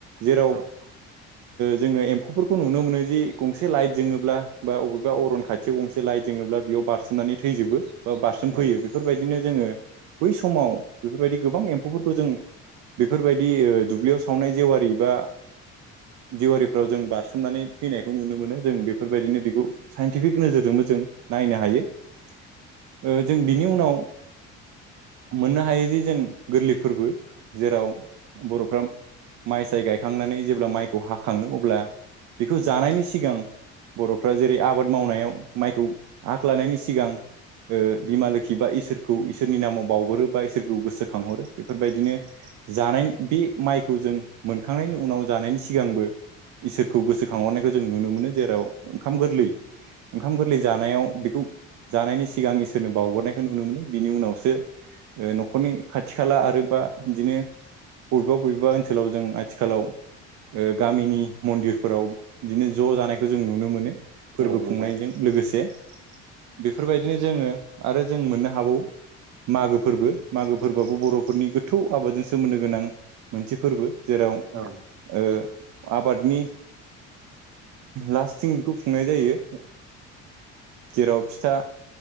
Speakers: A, on the right; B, on the right.
A: जेराव
B: औ
A: जोङो एम्फौफोरखौ नुनो मोनो जि गंसे लाइट जोङोब्ला बा बबेबा अरन खाथि खसे गंसे लाइट जोङोब्ला बेयाव बारसोमनानै थैजोबो बा बारसोम
B: औ
A: फैयो बे बेफोरबायदिनो जोङो बै समाव बेफोरबायदि गोबां एम्फौफोरखौ जों बेफोरबायदि ओ दुब्लियाव सावनाय जेवारि बा जिेवारिफ्राव जों बारसोमनानै फैनायखौ नुनो मोनो जों बेफोरबायदिनो बेखौ साइन्टिफिक नोजोरजोंबो जों नायनो हायो। ओ जों बिनि उनाव मोननो हायो जे जों गोरलै फोरबो जेराव बर'फ्रा माइ साय गायखांनानै जेब्ला माइखौ हाखाङो अब्ला बेखौ जानायनि सिगां बर'फ्रा जेरै आबाद मावनायाव माइखौ आग लानायनि सिगां ओ बिमा लोखि बा इसोरखौ इसोरनि नामाव बावगरो बा इसोरखौ गोसोखांहरो बेफोरबायदिनो जानायनि बे माइखौ जों मोनखांनायनि उनाव जानायनि सिगांबो इसोरखौ गोसोखांहरनायखौ जों नुनो मोनो जेराव ओंखाम गोरलै ओंखाम गोरलै जानायाव बेखौ जानायनि सिगां इसोरनो बावगरनायखौ नुनो मोनो बिनि उनावसो ओ न'खरनि खाथि खाला आरोबा बिदिनो बबेबा बबेबा ओनसोलाव जों आथिखालाव ओ गामिनि मन्दिरफोराव बिदिनो ज' जानायखौ जों नुनो मोनो। फोरबो
B: औ नंगौ
A: खुंनायजों लोगोसे बेफोरबायदिनो जोङो आरो जों मोननो हाबावो मागो फोरबो मागो फोरबोआबो बर'फोरनि गोथौ आबादजों सोमोन्दो गोनां मोनसे फोरबो। जेराव
B: औ
A: ओ आबादनि लास्थिं बेखौ खुंनाय जायो जेराव फिथा